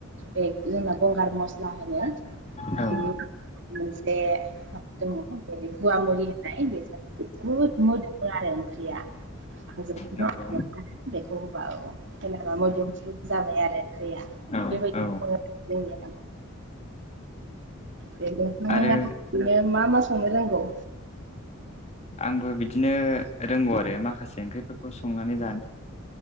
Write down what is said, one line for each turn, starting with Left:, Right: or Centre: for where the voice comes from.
Right: बे जोंना गंगार मस्ला होनो। बिनि
Left: औ।
Right: मोनसे दङ बे गुवा मुरि होननाय बे बहुद मोदोमो आरो ओंख्रिया। बेखौ <unintelligible>
Left: नंगौ
Right: औ जेनेबा मोदोमफ्रु जाबाय आरो ओंख्रिया
Left: औ
Right: बेबायदि
Left: औ
Right: जोंनि नोंथाङा
Left: आरो
Right: ओरैनो मा मा संनो रोंगौ?
Left: आंबो बिदिनो रोंगौ आरो माखासे ओंख्रिफोरखौ संनानै जानो